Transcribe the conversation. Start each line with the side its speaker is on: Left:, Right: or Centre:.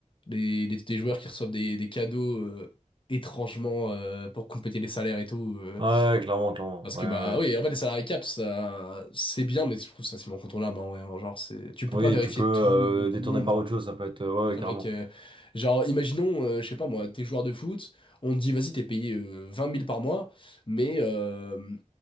Left: les, les- les joueurs qui reçoivent des, des cadeaux euh, étrangement euh, pour compléter les salaires et tout. euh,
Right: Ouais, clairement, clairement.
Left: parce
Right: Ouais,
Left: que
Right: ouais.
Left: bah oui,
Right: ouais.
Left: en fait les salary caps, ça c'est bien, mais je trouve ça facilement contournable. Bah ouais, alors, genre c'est, tu peux
Right: Oui,
Left: pas vérifier
Right: tu peux
Left: tout,
Right: euh,
Left: euh, tout
Right: détourner
Left: le monde.
Right: par
Left: Enfin,
Right: autre chose. Ça peut être. euh, ouais,
Left: je veux dire
Right: ouais, carrément.
Left: mec, euh, genre imaginons, euh, je sais pas moi, t'es joueur de foot, on te dit vas-y t'es payé euh, 20 000 par mois, mais euh,